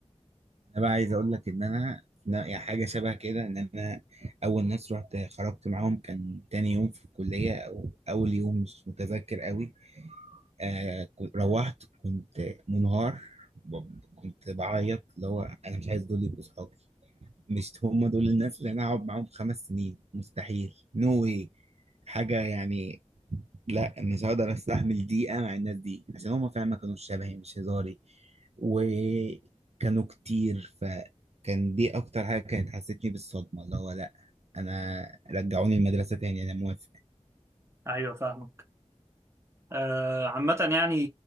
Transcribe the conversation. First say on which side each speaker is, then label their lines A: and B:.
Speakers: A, on the right (about 60°); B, on the right (about 20°).
A: انا بقى عايز اقول لك ان انا أنا يعني حاجه شبه كده ان انا اول ناس رحت خرجت معاهم كان تاني يوم في الكليه او اول يوم مش متذكر قوي آه كو- روحت كنت منهار ب- كنت بعيط اللي هو انا مش عايز دول يبقوا صحابي مش هم دول الناس اللي انا هقعد معاهم خمس سنين مستحيل نو واي حاجه يعني لا مش هقدر استحمل دقيقة مع الناس دي عشان هما فعلا ما كانوش شبهي مش هزاري وكانوا كتير فكان دي اكتر حاجة كانت حسيتني بالصدمة اللي هو لا انا رجعوني المدرسة تاني انا موافق
B: ايوه فاهمك آه عامة يعني